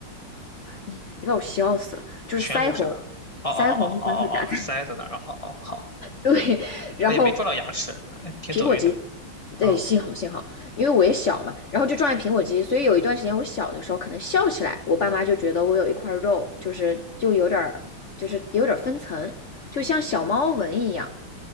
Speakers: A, on the left (about 55°); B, on the left (about 15°).
A: 你你把我笑死了，就是腮红，
B: 颧骨是哪儿哦哦哦哦哦哦哦，
A: 腮红一般会打在
B: 腮在哪儿？哦哦哦，好，
A: 对，然后
B: 啊也没撞到牙齿，哎，挺走运的，
A: 苹果肌，
B: 嗯，
A: 对，幸好幸好，因为我也小嘛，然后就撞见苹果肌，所以有一段时间我小的时候可能笑起来，我爸妈就觉得我有一块肉，就是就有点儿就是有点儿分层，就像小猫纹一样，